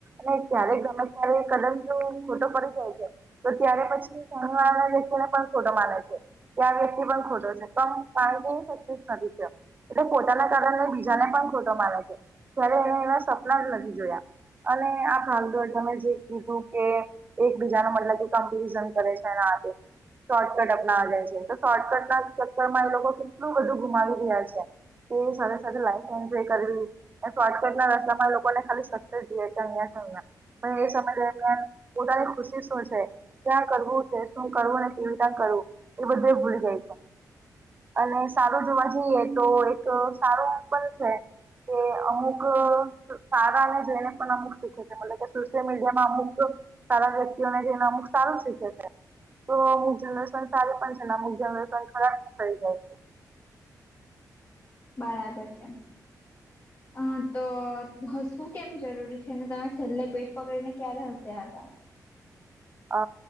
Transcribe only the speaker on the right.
અને ક્યારેક ગમે ત્યારે કદમ જો ખોટો પડી જાય છે તો ત્યારે પછી સામેવાળા વ્યક્તિ ને પણ ખોટો માને છે ત્યાં વ્યક્તિ પણ ખોટો છે પણ <inaudible> નથી ત્યાં એટલે પોતાના કારણેને બીજાને પણ ખોટો માને છે ત્યારે એને એના સપના જ નથી જોયા અને આ ભાગ દોડ તમે જે કીધું કે એકબીજા નો મતલબ કે કમ્પેરિઝન કરે છે ને આતે શોર્ટકટ અપનાવા જાય છે તો શોર્ટકટ ના ચક્કરમાં એ લોકો કેટલું બધું ગુમાવી રહ્યા છે. એની સાથે સાથે લાઈફ એન્જોય કરેલી એ શોર્ટકટ ના રસ્તા લોકોને ખાલી સક્સેસ જેયે તો અહિયાં કે અહિયાં પણ એ સમય દરમિયાન પોતાની ખુશી શું છે. ક્યાં કરવું છે, શું કરવું અને કે ચિંતા કરવું એ બધું ભૂલ જાય છે, અને સારું જોવા જઈએ તો એક સારું પણ છે, કે અમુક, સારા અને જેઈને પણ અમુક શીખે છે, મતલબ કે સોશિયલમીડિયામાં અમુક સારા વ્યક્તિઓને જોઈને અમુક સારું શીખે છે, તો અમુક જનરેસન સારી પણ છે, ને અમુક જનરેસન ખરાબ પણ થઈ જાય છે.
અ